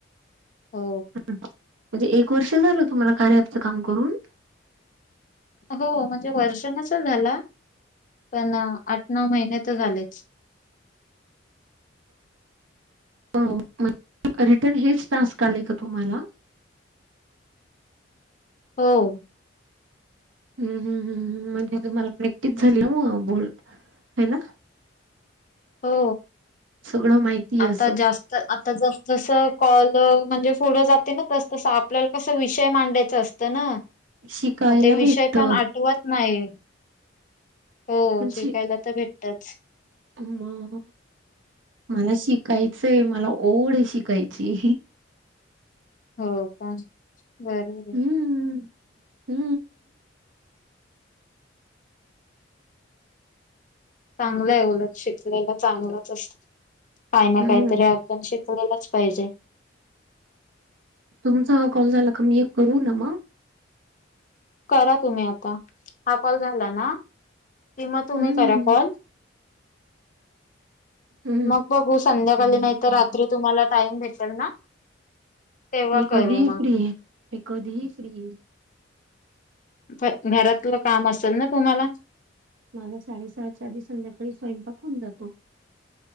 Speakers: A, on the left (about 40°); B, on the right (about 80°).
A: हो.
B: म्हणजे एक वर्ष झालं तुम्हाला कार्या ॲपच काम करून?
A: हो म्हणजे वर्ष नसेल झाल, पण आठ नवु महिने तर झालेच.
B: हो म्हण रिटर्न हेच टास्क आले का तुम्हाला?
A: हो.
B: हू हू हू ह म्हणजे तुम्हाला प्रॅक्टिस झाली मग बोलून हाय ना.
A: हो
B: सगळं माहितीय
A: आता
B: असं.
A: जास तर आता जस जसं कॉल म्हणजे पुढं जाते ना, तस तस आपल्याला कस विषय मांडायचा असत त ना,
B: शिकायला
A: मग ते
B: भेटत
A: विषय पण आठवत नाही. हो
B: पण
A: शिकायला
B: शि
A: तर भेटतच.
B: मग मला शिकायचंय. मला ओढ ये शिकायची.
A: हो का? बर बर.
B: हुं. हू.
A: चांगलं हाय उलट, शिकलेल चांगलंच असतं. काही ना
B: हम्म
A: काहीतरी पणं शिकलेलच पाहिजे.
B: तुमचा हा कॉल झाला का मी एक करू ना मग?
A: करा तुम्ही आता. हा कॉल झाला ना, कि मग तुम्ही
B: हम्म
A: करा कॉल
B: हम्म
A: मग बघू संध्याकाली नाही तर, रात्री तुम्हाला टाइम भेटेल ना. तेव्हा
B: मी
A: करू
B: कधी ही
A: मग
B: फ्री ये. मी कधी ही फ्री ये.
A: पणं घरातलं काम असल ना तुम्हाला?
B: माझा साडेसहाच्या आधी संध्याकाळी स्वयंपाक होऊन जातो.